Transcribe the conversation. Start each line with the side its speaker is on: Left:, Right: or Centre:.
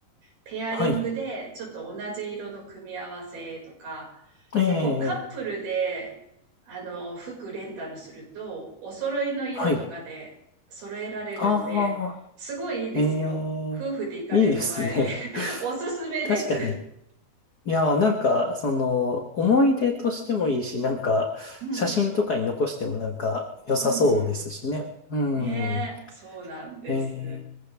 Right: ペアリングでちょっと同じ色の組み合わせとか、
Left: はい。ええ、
Right: 結構カップルで、あの、服レンタルすると、お揃いの色とかで揃えられるんで、
Left: はい。ああ、
Right: すごいいいですよ。
Left: ええ、
Right: 夫婦で行かれる場合、
Left: いいですね。
Right: <laughs> おすすめです。
Left: <laughs> 確かに。
Right: <laughs>
Left: いやー、なんか、その、思い出としてもいいし、なんか、
Right: うんうんうん。
Left: 写真とかに残してもなんか、良さそうですしね。
Right: うんうん。
Left: うん。
Right: ねえ、そうなんです。
Left: ええ、